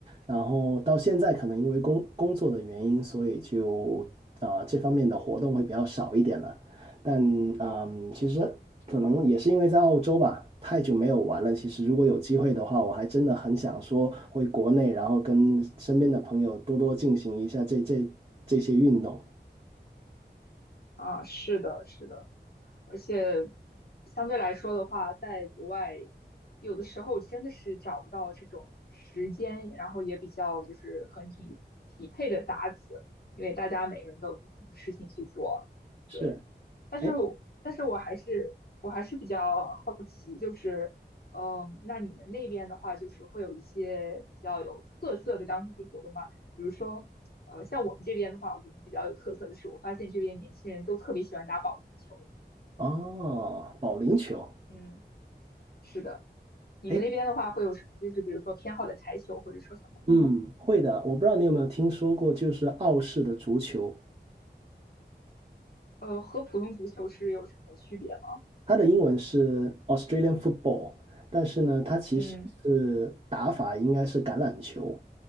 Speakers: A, on the right; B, on the left.
A: 然后到现在可能因为工工作的原因，所以就啊、这方面的活动会比较少一点了。但嗯，其实可能也是因为在澳洲吧，太久没有玩了。其实如果有机会的话，我还真的很想说回国内，然后跟身边的朋友多多进行一下这这这些运动。
B: 啊，是的，是的，而且相对来说的话，在国外有的时候真的是找不到这种时间，然后也比较就是很匹匹配的搭子，因为大家每个人都有不同的事情去做。
A: 是，
B: 对。但是我但是我还是我还是比较好奇，
A: 哎，
B: 就是，嗯，呃那你们那边的话，就是会有一些比较有特色的当地活动吗？比如说，呃，像我们这边的话，我们比较有特色的是，我发现这边年轻人都特别喜欢打保龄球。
A: 哦，保龄球，
B: 嗯，是的，你们那边的话会有什么？
A: 哎，
B: 就是比如说偏好的台球或者说什么吗？
A: 嗯，会的。我不知道你有没有听说过，就是澳式的足球。
B: 呃，和普通足球是有什么区别吗？
A: 它的英文是 Australian football，但是呢，它其实是打法应该是橄榄球，
B: 嗯